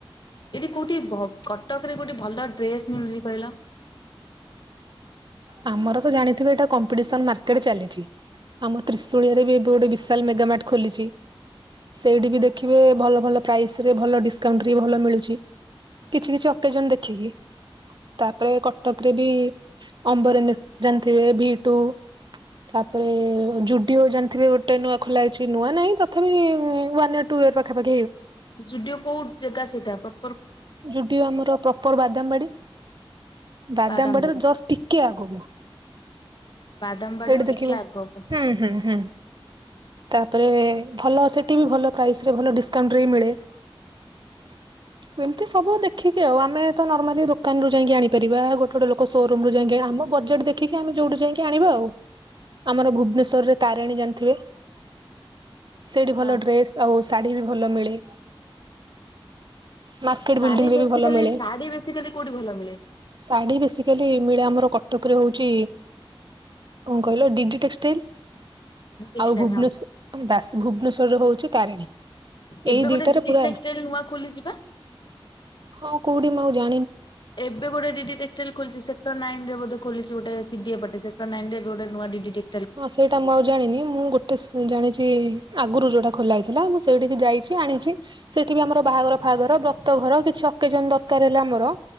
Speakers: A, on the left; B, on the right.
A: ଏଠି କୋଉଠି ଭ କଟକ ରେ କୋଉଠି ଭଲ ଡ୍ରେସ ମିଳୁଛି କହିଲ?
B: ଆମର ତ ଜାଣିଥିବେ ଏଟା କମ୍ପିଟିସନ୍ ମାର୍କେଟ୍ ଚାଲିଛି। ଆମତ୍ରୀ ଶୁଳିଆରେ ବି ଏବେ ଗୋଟେ ବିଶାଲ ମେଗାମାଟ ଖୋଲିଛି ସେଇଠି ବି ଦେ ଦେଖିବେ ଭଲ ଭଲ ପ୍ରାଇସେ ରେ ଭଲ ଡିସ୍କାଉଣ୍ଟି ବି ଭଲ ମିଳୁଛି। କିଛି କିଛି ଅକେଜନ ଦେଖିକି ତାପରେ କଟକରେ ବି ଅମ୍ବରେ ନିଷ୍ଟାନ ଥିବେ ଭି ଟୁ ତାପରେ ଜୁଡ୍ ଟିଓ ଜାଣିଥିବେ ଗୋଟେ ନୂଆ ଖୋଲାହେଇଛି ନୂଆ ନାହିଁ ତଥାପି ୱନୟର, ଟୁୟର ପାଖପାଖି
A: ଯୁଡିଓ କୋଉ ଯେଗା ସେଟା ପପ
B: ଯୁଡିଓ ଆମର ପ୍ରପର ବାଦାମ ବାଡି। ବାଦାମ
A: ବାଦାମବାଡି।
B: ବାଡିର ଜଷ୍ଟ ଟିକେ ଆଗକୁ।
A: ବାଦାମବାଡିରୁ
B: ସେଇଠି ଦେଖିବ
A: ଟିକେ ଆଗକୁ
B: ହୁଁ ହୁଁ ହୁଁ। ତାପରେ ଭଲ ସେଠି ବି ଭଲ ପ୍ରାଇସି ରେ ଭଲ ଡିସକାଉଣ୍ଟରେ ବି ମିଳେ। ହ୍ନ ହ୍ନ ଛୁକ। ଏମିତି ସବୁ ଦେଖିକି ଆଉ ଆମେ ତ ନର୍ମାଲି ଦୋକାନରୁ ଯାଇଁକି ଆଣିପାରିବା ଗୋଟେ ଗୋଟେ ଲୋକ ସୋରୁୁମ୍ ରୁ ଯାଇକି ଆମ ପର୍ଯ୍ୟଟ ଦେଖିକି ଆମେ ଯୋଉଠୁ ଯାଇକି ଆଣିଵୁ ଆଉ ଆମର ଭୁବନେଶ୍ଵରରେ ତାରିଣୀ ଜାଣିଥିବେ? ସେଇଠି ଭଲ
A: ହଁ
B: ଡ୍ରେସ୍ ଆଉ ଶାଢ଼ୀ ବି ଭଲ ମିଳେ। ମାର୍କେଟ
A: ଶାଢୀବେସି
B: ବିଲ୍ଡିଂରେ ବି ଭଲ
A: କାଲି
B: ମିଳେ।
A: ଶାଢୀ ବେଶି କାଲି କୋଉଠି ଭଲ ମିଳେ?
B: ଶାଢୀ ବେସିକାଲି ମିଳେ ଆମର କଟ କଟକରେ ହୋଉଛି କଣ କହିଲ ଡିଡି ଟେକ୍ସଟାଇଲ।
A: ଟେକ୍ସଟାଇଲ
B: ଆଉ ଭୁବନେଶ
A: ହଁ
B: ଆମ ବାସି ଭୁବନେଶ୍୍ୱରରେ ହୋଉଛି ତାରିଣୀ।
A: ଏବେ
B: ଏଇ ଦିଟାରେ
A: ଗୋଟେ ଡିଡ଼ି
B: ପୁରା
A: ଟେକଷ୍ଟାଇଲି ନୂଆ ଖୋଲିଚିପା।
B: ହଁ କୋଉଠି ମୁଁ ଆଉ ଜାଣି
A: ଏବେ ଗୋଟେ ଡିଡି ଟେକ୍ସଟାଇଲ୍ ଖୋଲିଛି ସେଟର ନାଇନ ରେ ବୋଧେ ଖୋଲିଛି। ସିଏ ଗୋଟେ ସିଡିଏ ପଥଠେଇଛି, ସେକ୍ଟର ନାଇଁନିରେ ବି ଏବେ ଗୋଟେ ନୂଆ ଡିଦିଟେ
B: ହଁ ସେଇଟା ମୁଁ ଆଉ ଜାଣିନି ମୁଁ ଗୋଟେସ ଜାଣିଚି। ଆଗରୁ ଯୋଉଟା ଖୋଲା ହେଇଥିଲା ମୁଁ ସେଇଠିକି ଯାଇଛି ଆଣିଛି। ସେଠି ବି ଆମର ବାହାଘର ଫାହାଘର ବ୍ରତ ଘର କିଛି ଅ କେଜନ ଦରକାର ହେଲେ ଆମର